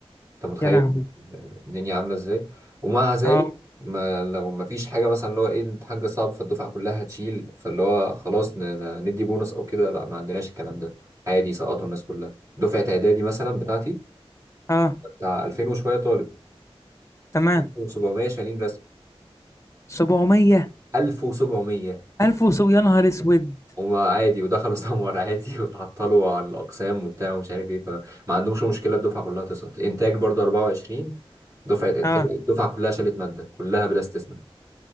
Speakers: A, on the right; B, on the left.
A: انت متخيل
B: يا لهوي
A: الدنيا عامله ازاي ومع ذلك
B: اه
A: ما لو ما فيش حاجه مثلا اللي هو ايه الامتحان جه صعب فالدفعه كلها هتشيل فاللي هو خلاص ن- ن- ندي بونص او كده لا ما عندناش الكلام ده عادي سقطوا الناس كلها دفعه اعدادي مثلا بتاعتي
B: اه
A: بتاع 2000 وشويه طالب
B: تمام
A: 1700 شايلين رسم
B: 700
A: 1700
B: 1000 وسو- يا نهار اسود
A: هما عادي ودخلوا <laughs> سمر عادي وتعطلوا عن الأقسام وبتاع ومش عارف ايه فما عندهمش مشكلة الدفعة كلها تسقط إنتاج برضه 24 دفعة إنتاج
B: اه
A: الدفعة كلها شالت مادة كلها بلا استثناء